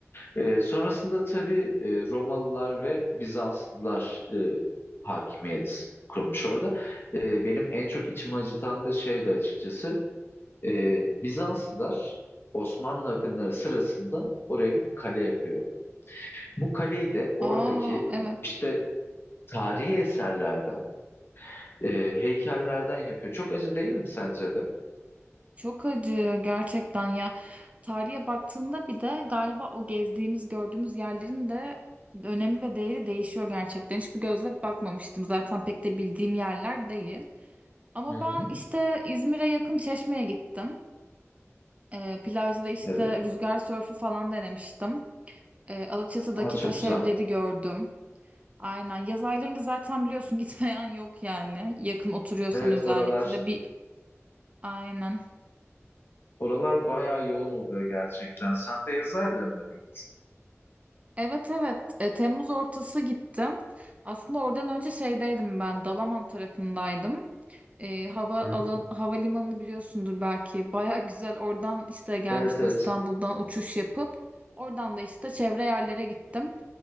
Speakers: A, on the left; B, on the right.
A: E, sonrasında tabii e, Romalılar ve Bizanslılar e, hakimiyet kurmuş orada. E, benim en çok içimi acıtan da şeydi açıkçası. Ee, Bizanslılar Osmanlı akınları sırasında oraya bir kale yapıyor. Bu kaleyi de oradaki
B: Aa evet.
A: işte tarihi eserlerden, e, heykellerden yapıyor. Çok acı değil mi sence de?
B: Çok acı gerçekten ya. Tarihe baktığında bir de galiba o gezdiğimiz, gördüğümüz yerlerin de önemi ve değeri değişiyor gerçekten. Hiç bu gözle bakmamıştım. Zaten pek de bildiğim yerler değil. Ama
A: Hı
B: ben
A: hı.
B: işte İzmir'e yakın Çeşme'ye gittim. Ee, plajda işte
A: Evet.
B: rüzgar sörfü falan denemiştim. Ee, Alaçatı'daki
A: Aa, çok
B: taş
A: güzel.
B: evleri gördüm. Aynen. Yaz aylarında zaten biliyorsun <laughs> gitmeyen yok yani. Yakın oturuyorsan
A: Evet
B: özellikle
A: oralar
B: bir Aynen.
A: oralar bayağı yoğun oluyor gerçekten. Sen de yazarlarında mı gittin?
B: Evet evet E, Temmuz ortası gittim. Aslında oradan önce şeydeydim ben Dalaman tarafındaydım. E, hava
A: Hı hı.
B: alan havalimanını biliyorsundur belki. <laughs> Baya güzel oradan işte gelmiştim
A: Evet evet.
B: İstanbul'dan uçuş yapıp oradan da işte çevre yerlere gittim.